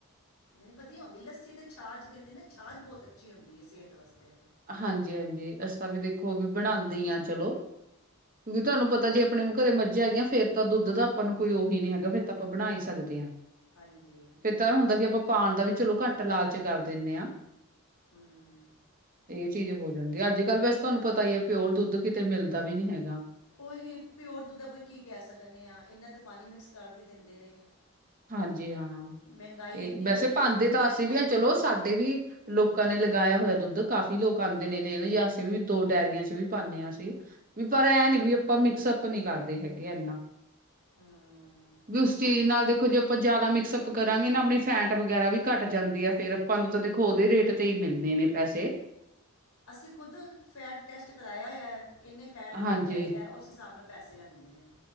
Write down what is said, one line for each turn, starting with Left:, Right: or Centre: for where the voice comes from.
Left: ਨਹੀਂ ਵਧੀਆ ਹੁੰਦੀ ਲੱਸੀ ਤੇ, ਛਾਜ ਕਹਿੰਦੇ ਨਾ ਛਾਜ ਬਹੁਤ ਅੱਛੀ ਹੁੰਦੀ ਹੈ ਸਿਹਤ ਵਾਸਤੇ।
Right: ਹਾਂਜੀ- ਹਾਂਜੀ ਅਸੀ ਤਾਂ ਵੀ ਦੇਖੋ ਵੀ ਬਣਾਉਦੇ ਹੀ ਹਾਂ ਚਲੋ। ਵੀ ਤੁਹਾਨੂੰ ਪਤਾ ਜੇ ਆਪਣੇ ਘਰੇ ਮੱਝਾਂ ਹੈਗੀਆਂ ਫੇਰ ਤਾਂ ਦੁੱਧ ਦਾ ਆਪਾਂ ਨੂੰ ਕੋਈ ਉਹੀ ਨਹੀਂ ਹੈਗਾ, ਫੇਰ ਤਾਂ ਆਪਾਂ ਬਣਾ ਹੀ ਸਕਦੇ ਹਾਂ।
Left: ਹਾਂਜੀ।
Right: ਫੇ ਤਾਂ ਇਹ ਹੁੰਦਾ ਕਿ ਆਪਾਂ ਪਾਉਣ ਦਾ ਵੀ ਚਲੋ ਘੱਟ ਲਾਲਚ ਕਰ ਦਿੰਦੇ ਹਾਂ।
Left: ਹੂੰ।
Right: ਇਹ ਚੀਜ਼ ਹੋ ਜਾਂਦੀ ਹੈ, ਅੱਜ ਕੱਲ ਵੈਸੇ ਤੁਹਾਨੂੰ ਪਤਾ ਹੀ ਹੈ, ਪਿਓਰ ਦੁੱਧ ਕਿਤੇ ਮਿਲਦਾ ਵੀ ਨੀ ਹੈਗਾ।
Left: ਉਹ ਇਹ ਪਿਓਰ ਦੁੱਧਾ ਕੋਈ ਕੀ ਕਹਿ ਸਕਦੇ ਹਾਂ ਇਹਨਾਂ ਦਾ ਪਾਣੀ ਮਿਕਸ ਕਰਕੇ ਦਿੰਦੇ ਨੇ।
Right: ਹਾਂਜੀ ਹਾਂ,
Left: ਮਹਿੰਗਾਈ
Right: ਤੇ
Left: ਐਡੀ
Right: ਵੈਸੇ
Left: ਹੋ ਗਈ
Right: ਭਾਰਦੇ
Left: ਹੈ ਦੁੱਧ
Right: ਤਾਂ
Left: ਇੰਨੇ
Right: ਅਸੀਂ
Left: ਮਹਿੰਗੇ
Right: ਵੀ ਹਾ ਚਲੋ
Left: ਹੋ ਗਏ
Right: ਸਾਡੇ ਵੀ ਲੋਕਾਂ ਨੇ ਲਗਾਇਆ ਹੋਇਆ ਦੁੱਧ, ਕਾਫ਼ੀ ਲੋਕ ਆਉਂਦੇ ਨੇ ਦੇਣ ਜਾਂ ਅਸੀਂ ਵੀ ਦੋ ਡਾਇਰੀਆਂ ਚ ਵੀ ਪਾਉਂਦੇ ਅਸੀ। ਵੀ ਪਰ ਐ ਨੀ ਵੀ ਆਪਾਂ ਮਿਕਸ ਅਪ ਨੀ ਕਰਦੇ ਹੈਗੇ ਐਨਾ।
Left: ਹੂੰ
Right: ਵੀ ਉਸ ਚੀਜ਼ ਨਾਲ ਦੇ- ਦੇਖੋ ਜੇ ਆਪਾਂ ਜ਼ਿਆਦਾ ਮਿਕਸਅਪ ਕਰਾਂਗੇ ਨਾ, ਆਪਣੀ ਫੈਟ ਵਗੈਰਾ ਵੀ ਘੱਟ ਜਾਂਦੀ ਆ, ਫੇਰ ਆਪਾਂ ਨੂੰ ਤਾਂ ਦੇਖੋ ਉਹਦੇ ਰੇਟ। ਤੇ ਹੀ ਮਿਲਣੇ ਨੇ ਪੈਸੇ।
Left: ਅਸੀਂ ਖੁਦ ਫੈਟ ਟੈਸਟ ਕਰਾਆ ਹੋਇਆ, ਇੰਨੇ ਫੈਟ ਦਾ
Right: ਹਾਂਜੀ,
Left: ਦੂੱਧ ਚਾਹੀਦਾ, ਉਸ ਹਿਸਾਬ ਨਾਲ ਪੈਸੇ ਲੈਂਦੇ ਨੇ।